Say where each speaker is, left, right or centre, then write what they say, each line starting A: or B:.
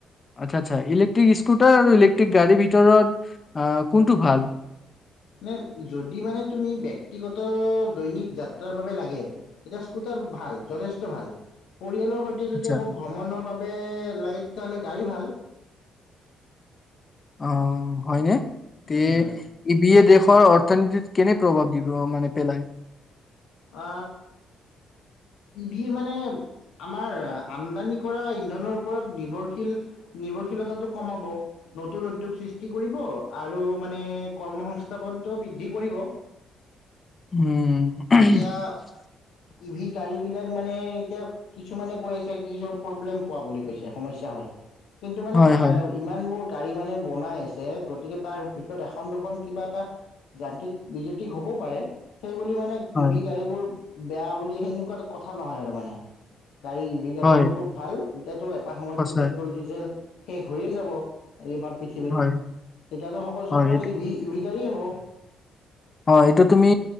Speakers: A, on the left; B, on the left.
A: আৎচ্ছা আৎচ্ছা, ইলেকট্ৰিক স্কুটাৰ আৰু ইলেকট্ৰিক গাড়ীৰ ভিতৰত আহ কোনটো ভাল?
B: নে যদি মানে তুমি ব্যক্তিগত দৈনিক যাত্ৰাৰ বাবে লাগে- এতিয়া স্কুটাৰ ভাল যথেষ্ট ভাল, পৰিয়ালৰ সৈত- তে যদি
A: আচ্ছা
B: আকৌ ভ্ৰমনৰ বাবে লাগে, তেতিয়াহ'লে গাড়ী ভাল।
A: অঁ হয়নে? তি-
B: উম হয়
A: ই ভিয়ে দেশৰ অৰ্থনীতিত কেনে প্ৰভাৱ দিব মানে পেলায়?
B: আ ই ভিয়ে মানে- আমাৰ আমদানি কৰা ইন্ধনৰ ওপৰত নিৰ্ভৰশীল- নিৰ্ভৰশীলতাটো কমাব। নতুন উদ্যোগ সৃষ্টি কৰিব আৰু মানে কৰ্ম সংস্থাপনটো বৃদ্ধি কৰিব।
A: উম, উম।
B: এতিয়া-
A: <inaudible>
B: ই ভি গাড়ী বিলাক মানে এতিয়া- কিছুমানে কৈ আছে কিছুমান প্ৰব্লেম পোৱা বুলি কৈছে, সমস্যা হয়। কিন্তু মানে
A: হয়,
B: তাৰ-
A: হয়,
B: ইমানবোৰ গাড়ী মানে বনাই আছে গতিকে তাৰ ভিতৰত এখন- দুখন কিবা এটা- যান্ত্ৰিক বিজুতি হ'ব পাৰে। সেই বুলি মানে- ই
A: হয়,
B: ভি গাড়ীবোৰ বেয়া বুলি সেনেকুৱা কথা নহয় আৰু মানে গাড়ী- গাড়ীবোৰ
A: হয়,
B: খুব ভাল। এতিয়াতো এটা সময়ততো
A: সঁচাই,
B: পেট্ৰল -ডিজেল শেষ হৈয়ে যাব। আজিৰপা - পৃথিৱীত
A: হয়,
B: তেতিয়াতো সকলো
A: হয়,
B: চব ফালে ইভি- ইভি গাড়ীয়েই হ'ব।
A: অঁ, এইটো তুমি